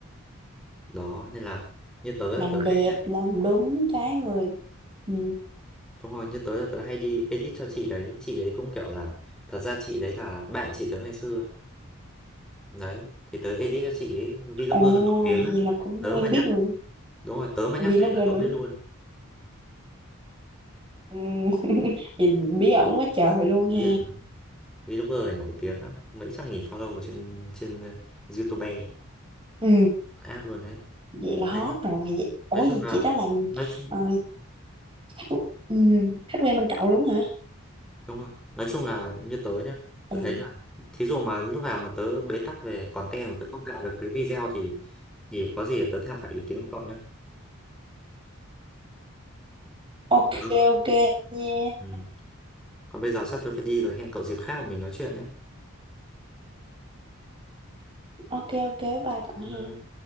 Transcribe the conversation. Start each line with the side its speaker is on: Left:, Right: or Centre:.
Centre: đó nên là như tớ
Right: làm
Centre: là tớ
Right: đẹp
Centre: hay
Right: làm đúng cái người ừ.
Centre: đúng rồi như tớ là tớ hay đi edit cho chị đấy chị đấy cũng kiểu là thật ra chị đấy là bạn chị tớ ngày xưa đấy thì tớ edit cho chị ấy, vlogger
Right: Ồ
Centre: nổi tiếng lắm
Right: vậy là cũng
Centre: tớ
Right: quen
Centre: mà nhắc
Right: biết người
Centre: đúng rồi tớ mà nhắc
Right: vlogger
Centre: tên là cậu
Right: nữa
Centre: biết luôn
Right: ừ. <laughs> Vậy bí ẩn quá trời luôn he
Centre: nghiện lắm. vlogger này nổi tiếng lắm mấy trăm nghìn follow ở trên trên uh, YouTube
Right: ừ.
Centre: app luôn đấy
Right: Vậy
Centre: đấy
Right: là hot rồi vậy. Ủa
Centre: nói chung
Right: vậy
Centre: là
Right: chị đó làm
Centre: nói chung
Right: ờ, khách ừ, khách quen bên cậu đúng hả
Centre: đúng rồi nói chung là như tớ nhá tớ
Right: ừ.
Centre: thấy là thí dụ mà lúc nào mà tớ bế tắc về content mà tớ không tạo được cái video thì thì có gì tớ tham khảo ý kiến của cậu nhé
Right: ok
Centre: tớ
Right: ok nha
Centre: ừ. còn bây giờ sắp tớ phải đi rồi hẹn cậu dịp khác mà mình nói chuyện nhé
Right: ok ok bye bye cậu
Centre: Bye
Right: ha
Centre: bye.